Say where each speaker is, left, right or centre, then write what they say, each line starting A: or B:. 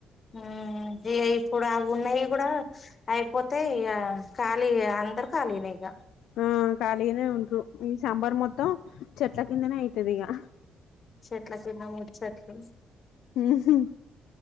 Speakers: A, on the left; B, on the left.
A: హ్మ్ ఈగా కూడా బన్నా కూడా పోతే ఇ ఖాళీ అందరు ఖాళీనేక
B: ఆ కాలగనే ఉంట్రు ఈ సాంబార్ మొత్తం చెట్ల కిందనే అవుతది ఇక
A: చెట్లా కింధా మూచ్చట్లు
B: ఉహుమ్